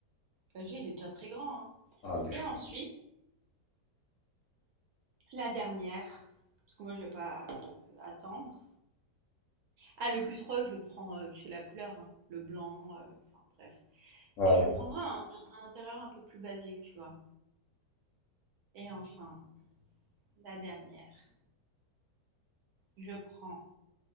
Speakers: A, on the right (about 65°); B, on the left (about 70°).
A: Enfin, je dis, il est déjà très grand. hein.
B: Ah, les
A: Et
B: choix.
A: ensuite, la dernière, parce que moi je vais pas euh, attendre, Ah, le Q3, je le prends, heu, tu sais la couleur, hein, le blanc, heu, enfin bref.
B: Ouais,
A: Et
B: ouais.
A: je prendrai un un intérieur un peu plus basique, tu vois? Et enfin, la dernière, je prends